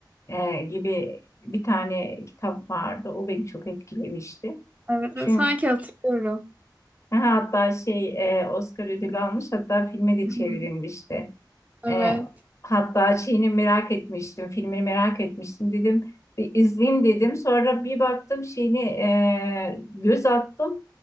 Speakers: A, on the left (about 40°); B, on the right (about 20°).
A: e, gibi bir tane kitap vardı. O beni çok etkilemişti.
B: Evet,
A: Çünkü
B: evet. sanki hatırlıyorum.
A: ha, hatta şey e, Oscar ödülü almış hatta filme de
B: Hı
A: çevrilmişti.
B: hı. Evet.
A: E, hatta şeyini merak etmiştim, filmini merak etmiştim dedim. Bir izleyeyim dedim. Sonra bir baktım şeyini e, göz attım.